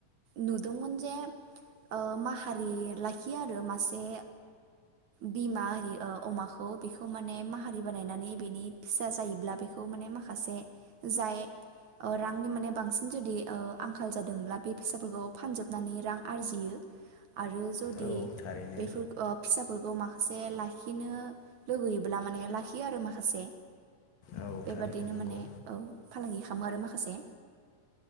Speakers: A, on the right (about 60°); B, on the left (about 75°).
A: नुदोंमोन जे ओ माहारि लाखियो आरो मासे बिमा आरि ओ अमाखौ बेखौ माने माहारि बानायनानै बेनि फिसा जायोब्ला बेखौ खौ माने माखासे जाय ओ रांनि माने बांसिन जुदि ओ आंखाल जादोंब्ला बे फैसाफोरखौ फानजोबनानै ओ रां आरजियो। आरो जुदि
B: औ थारैनो
A: बेफोरखौ ओ फिसाफोरखौ माखासे माखासे लाखिनो लुबैयोब्ला माने लाखियो आरो माखासे
B: औ
A: बेबादिनो
B: थारैनो नंगौ
A: माने औ फालांगि खालामो आरो माखासे